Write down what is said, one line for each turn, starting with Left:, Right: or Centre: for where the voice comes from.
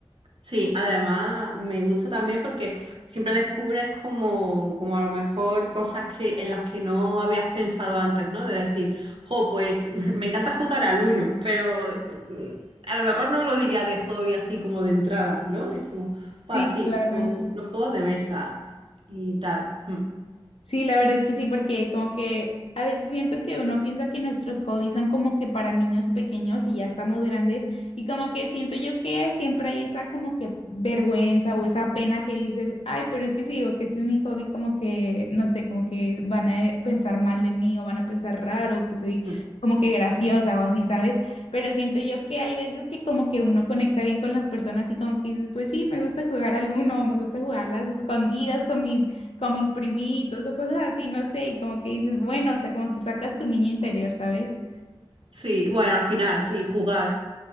Right: Sí, además me gusta también porque siempre descubres como, como a lo mejor cosas que, en las que no habías pensado antes, ¿no? De decir, jo, pues <laughs> me encanta jugar al uno, pero mm, a lo mejor no lo diría de hobby así como de entrada, ¿no? Es como,
Left: Sí,
Right: pa, sí,
Left: claro.
Right: como los juegos de mesa y tal. <laughs> Mm,
Left: Sí, la verdad que sí, porque como que a veces siento que uno piensa que nuestros hobbies son como que para niños pequeños y ya estamos grandes y como que siento yo que siempre hay esa como que vergüenza o esa pena que dices, ay, pero es que si digo que este es mi hobby, como que, no sé, como que van a pensar mal de mí o van a pensar raro, que soy
Right: mm.
Left: como que graciosa o así, ¿sabes? Pero siento yo que hay veces que como que uno conecta bien con las personas y como que dices, pues sí, me gusta jugar al uno, o me gusta jugar a las escondidas con mis con mis primitos o cosas así, no sé, y como que dices, bueno, o sea, como que sacas tu niño interior, ¿sabes?
Right: Sí, bueno, al final, sí, jugar.